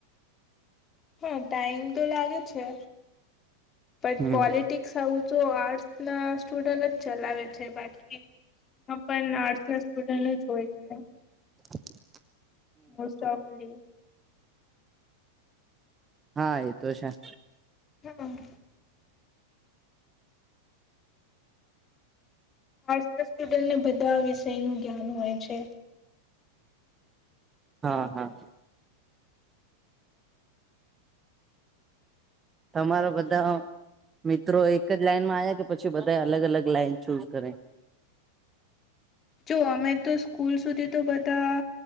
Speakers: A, on the left; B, on the right.
A: હા ટાઈમ તો લાગે છે બટ
B: હમ
A: પોલિટિક્સ તો આર્ટસ ના સ્ટુડન્ટ જ ચલાવે છે બાકી પણ આર્ટસ ના સ્ટુડન્ટ જ હોય છે
B: થેન્ક યુ
A: મોસ્ટ ઓફલી
B: હા એ તો હછા
A: હમ. હ ના સ્ટુડને બધા વિષયનુંું જ્ઞાન હોય છે.
B: હા હા.
A: <inaudible>
B: તમારા બધા. મિત્રો એક જ લાઈનમાં આવ્યા કે પછી બધા અલગ અલગ લાઈન ચૂઝ કરે.
A: જો અમે તો સ્કૂલ સુધી તો બધા